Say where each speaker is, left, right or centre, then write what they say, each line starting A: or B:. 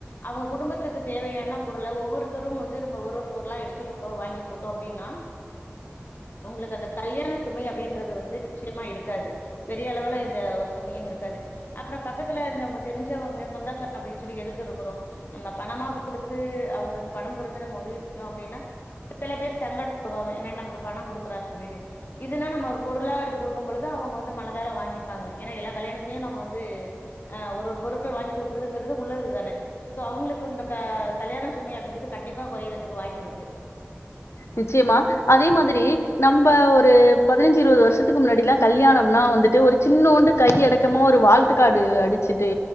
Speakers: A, on the left (about 50°); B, on the left (about 75°).
A: அவங்க குடும்பத்துக்கு தேவையான பொருளை ஒவ்வொருத்தரும் வந்து நம்ம ஒரு ஒரு பொருளா எடுத்துக்கட்டோ வாங்கி கொடுத்தோ அப்டின்னா அவங்களுக்கு அந்த கல்யாண சுமை அப்டின்றது வந்து நிக்ஷயமா இருக்காது பெரிய அளவுல இந்த ஒரு சுமையும் இருக்காது அப்ற பக்கத்துலருந் நம்ம தெரிஞ்சு தெரிஞ்சவங்க சொந்தக்கார அப்டின் சொல்லி எதுக்கு இருக்குறோ நா பணமா குடுத்து அவங்களுக்கு பணம் குடுத்துறம்போது செஞ்சோ அப்டின்னா சில பேர் சங்கட்டப்படுவாங்க ஏனா நமக்கு பணம் குடுக்குறாங்க அப்டின்னு இதுனா நம்ம ஒரு பொருளாக எடுத்து குடுக்கும் பொழுது அவங்க வந்து து மனதார வாங்கிப்பாங்க ஏனா எல்லா கல்யாணத்திலயு நம்ம வந்து ஆ ஒரு ஒரு பொருப்பு வாங்கி குடுக் <unintelligible> உள்ளது தான சோ அவங்களுக்கு வந் க கல்யாண சுமை அப்டிங்குறது கண்டிப்பா குறையறதுக்கு வாய்ப்பு இருக்கு
B: நிச்சயமா அதே மாதிரி நம்ப ஒரு பதினஞ்சு இருவது வருஷத்துக்கு முன்னாடில கல்யாணம்னா வந்துட்டு ஒரு சின்னோண்டு கை அடக்கமா ஒரு வாழ்த்துக்காடு அடிச்சுட்டு